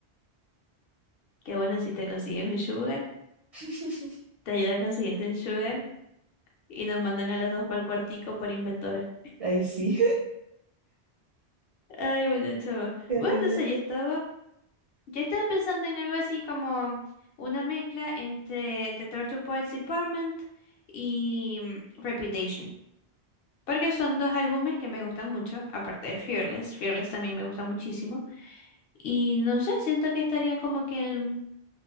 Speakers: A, on the left; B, on the right.
A: qué bueno si te consigues un sugar.
B: <laughs>
A: Te ayuda a conseguirte un sugar Y nos mandan a las dos para el cuartico por inventora.
B: Ay, sí.
A: Ay, bueno, chaval.
B: <laughs> Terrible.
A: Bueno, no sé, yo estaba, yo estaba pensando en algo así como una mezcla entre The Torture Poets Department y mm, Reputation. Porque son dos álbumes que me gustan mucho, aparte de Fearless. Fearless también me gusta muchísimo. Y no sé, siento que estarían como que en-